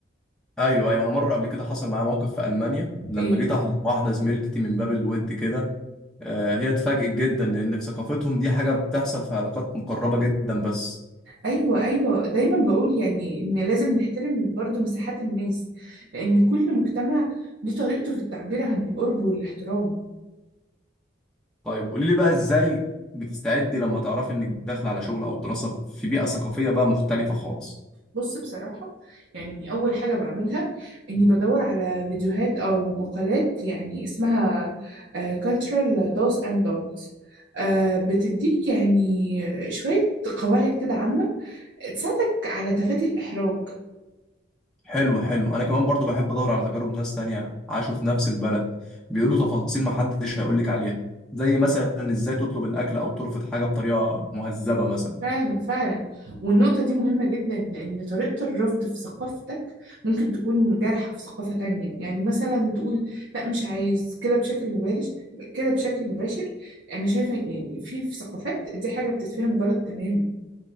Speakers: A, in the centre; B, on the right (about 70°).
A: أيوه أيوه أنا مرة قبل كده حصل معايا موقف في ألمانيا لما
B: ايه
A: جيت أحضن واحدة زميلتي من باب الود كده آه، هي اتفاجئت جدا لأن في ثقافتهم دي حاجة بتحصل في علاقات مقربة جدا بس
B: ايوه ايوه دايما بقول يعني ان لازم نحترم برضو مساحات الناس لان كل مجتمع ليه طريقته في التعبير عن القرب والاحترام
A: طيب قولي لي بقى إزاي بتستعدي لما تعرفي إنك داخلة على شغل أو دراسة في بيئة ثقافية بقى مختلفة خالص
B: بص بصراحة يعني أول حاجة بعملها إني بدور على فيديوهات أو مقالات يعني اسمها آه، cultural do's and don'ts آه، بتديك يعني شوية قواعد كده عامة تساعدك على تفادي الإحراج
A: حلو حلو انا كمان برضو بحب ادور على تجارب ناس تانية عاشوا في نفس البلد بيقولوا تفاصيل محدش هيقولك عليها زي مثلا ازاي تطلب الاكل او ترفض حاجة بطريقة مهذبة مثلا
B: فعلا فعلا والنقطة دي مهمة جدا لأن طريقة الرفض في ثقافتك ممكن تكون جارحة في ثقافة تانية يعني مثلا تقول لا مش عايز كده بشكل مباشر كده بشكل مباشر أنا شايفة يعني في في ثقافات دي حاجة بتتفهم غلط تماما